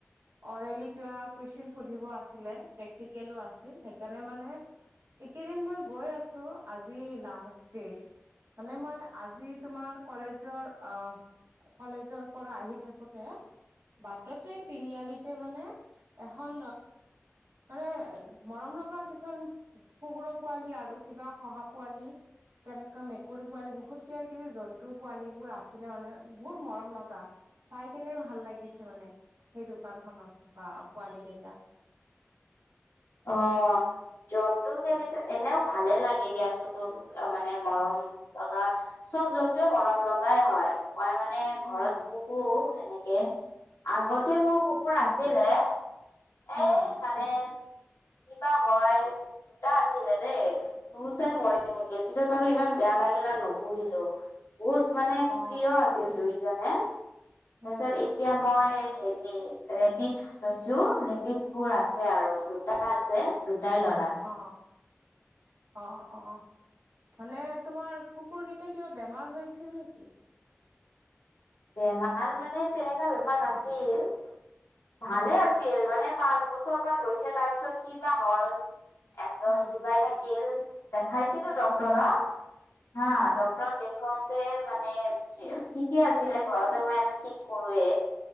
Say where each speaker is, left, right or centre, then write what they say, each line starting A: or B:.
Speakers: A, on the right; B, on the left.
A: অৰেলি কিবা কুৱেশ্যন সুধিব আছিলে, প্ৰেক্টিকেলো আছিল সেইকাৰণে মানে এই কেইদিন মই গৈ আছো আজি লাষ্ট। ডে, মানে মই আজি তোমাৰ কলেজৰ অ', কলেজৰ পৰা আহি থাকোতে বাটতে তিনিআলিতে মানে এখন মানে মৰম লগা কিছুমান কুকুৰ পোৱালি আৰু, কিবা শহা পোৱালি তেনেকুৱা মেকুৰী পোৱালী বহুত কিবা কিবি জন্তুৰ পোৱালিবোৰ আছিলে মানে বহুত মৰম লগা। চাই কেনে ভাল লাগিছে মানে, সেই দোকানখনত বাহ পোৱালি কেইটা।
B: অহ। জন্তুক এনেকে এনেও ভালে লাগে দিয়াচোন, মানে মৰম লগা চব জন্তুৱে মৰম লগাই হয়। মই মানে ঘৰত
A: উম
B: পুহো সেনেকে, আগতে মোৰ কুকুৰ আছিলে, এই
A: উম
B: মানে কিবা হয় দুটা আছিলে দেই। দুয়োটাই মৰি থাকিল, পিছত আৰু ইমান বেয়া লাগিল আৰু নুপুহিলো। বহুত মানে
A: অ
B: প্ৰিয় আছিল দুইজনে, তাৰছত
A: উম
B: এতিয়া মানে মই হেৰি ৰেবিত লৈছো। ৰেবিতবোৰ আছে আৰু দুটা আছে দুটাই ল'ৰা।
A: অ অ', অ'। মানে তোমাৰ কুকুৰকেইটা কিবা বেমাৰ হৈছিল নিকি?
B: বেমাৰ মানে তেনেকুৱা বেমাৰ নাছিল, ভালে
A: উম
B: আছিল মানে পাঁচ বছৰমানান গৈছে তাৰ পিছত কি বা হ'ল এজন
A: উম
B: ঢুকাই থাকিল। দেখাইছিলো ডক্টৰক।
A: উম
B: হা,
A: উম
B: ডক্টৰক দে খংটে মানে ঠিক ঠিকে আছিলে ঘৰতে মই এনে ঠিক কৰোৱে,